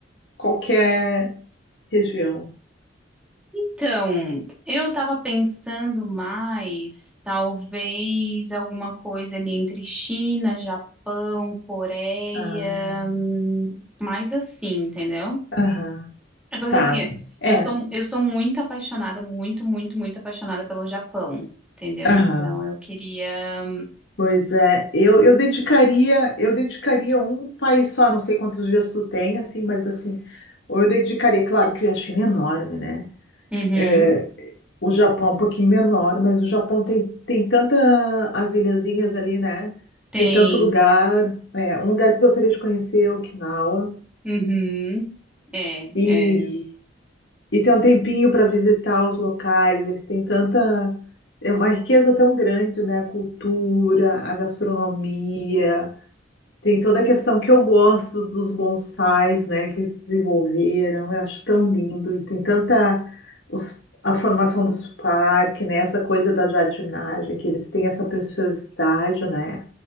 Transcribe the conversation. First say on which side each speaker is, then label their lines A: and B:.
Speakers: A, on the left (about 65°); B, in the centre.
A: qualquer região?
B: Então, eu estava pensando mais, talvez alguma coisa ali entre China, Japão, Coreia,
A: Ah,
B: hum, mais assim, entendeu?
A: aham,
B: É porque
A: tá.
B: assim,
A: É,
B: eu sou eu sou muito apaixonada, muito, muito, muito apaixonada pelo Japão, entendeu?
A: aham.
B: Então, eu queria,
A: Pois é, eu, eu dedicaria, eu dedicaria um país só, não sei quantos dias tu tem, assim, mas assim, ou eu dedicaria, claro que a China é enorme, né?
B: Uhum,
A: É, o Japão é um pouquinho menor, mas o Japão tem, tem tanta as ilhazinhas ali, né?
B: tem,
A: Tem tanto lugar. É, um lugar que eu gostaria de conhecer é Okinawa.
B: Uhum, é,
A: E,
B: é.
A: e tem um tempinho para visitar os locais. Eles têm tanta. É uma riqueza tão grande, né? A cultura, a gastronomia. Tem toda a questão que eu gosto dos bonsais, né, que eles desenvolveram, eu acho tão lindo, e tem tanta os- a formação dos parques, né, essa coisa da jardinagem, que eles têm essa preciosidade, né?